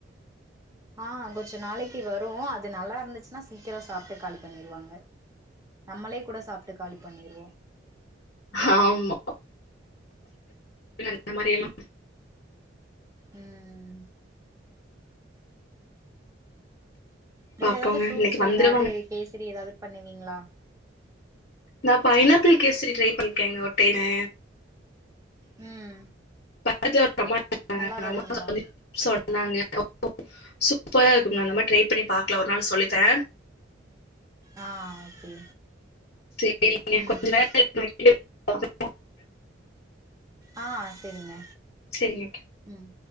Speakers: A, on the right; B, on the left.
A: ஆ கொஞ்ச நாளைக்கு வரும் அது நல்லா இருந்துச்சுன்னா சீக்கிரம் சாப்ட்டு காலி பண்ணிருவாங்க நம்மளே கூட சாப்ட்டு காலி பண்ணிருவோ
B: ஆமா அந்த மாரி எல்லா
A: ம் வேற
B: பாப்போங்க
A: ஏதாவது ஃப்ரூட்ஸ்ல
B: இன்னைக்கு வந்துருவாங்க
A: ஏதாவது கேசரி ஏதாவது பண்ணுவீங்ளா
B: நா பைனாப்பிள் கேஸரி ட்ரை பண்ணிருக்கேங்க ஒருடைனு
A: ம்
B: பக்கத்துல ஒரு அம்மா
A: நல்லா வருங்களா
B: சொன்னாங்க அந்த அம்மா <inaudible> சூப்பரா இருக்குங்க நம்ம ட்ரை பண்ணி பாக்ல ஒரு நாள் சொல்லிதர
A: ஆ ஓகே
B: செரிங்க
A: ம்
B: கொஞ்ச வேல இருக்கு <inaudible>
A: ஆ செரிங்க
B: சரிங்க
A: ம்